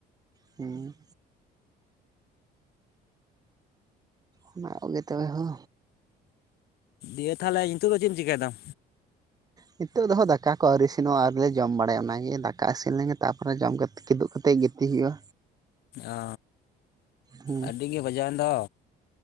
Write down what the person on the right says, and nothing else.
ᱦᱮᱸ ᱚᱱᱟ ᱠᱚᱜᱮ ᱛᱚᱵᱮ ᱦᱳ
ᱱᱤᱛᱚᱜ ᱫᱚᱦ ᱫᱟᱠᱟ ᱠᱚ ᱟᱹᱣᱨᱤ ᱤᱥᱤᱱᱚᱜᱼᱟ ᱟᱨᱞᱮ ᱡᱚᱢ ᱵᱟᱲᱟᱭᱟ ᱚᱱᱟᱜᱮ ᱫᱟᱠᱟ ᱤᱥᱤᱱ ᱞᱮᱱᱜᱮ ᱛᱟᱯᱚᱨᱮ ᱡᱚᱢ ᱠᱟᱛ ᱠᱤᱫᱩᱜ ᱠᱟᱛᱮᱫ ᱜᱤᱛᱤᱜ ᱦᱩᱭᱩᱜᱼᱟ
ᱦᱮᱸ